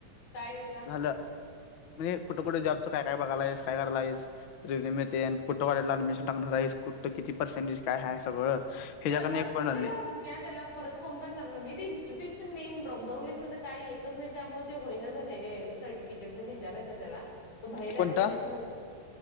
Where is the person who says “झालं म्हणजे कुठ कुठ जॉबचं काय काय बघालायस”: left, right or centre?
Left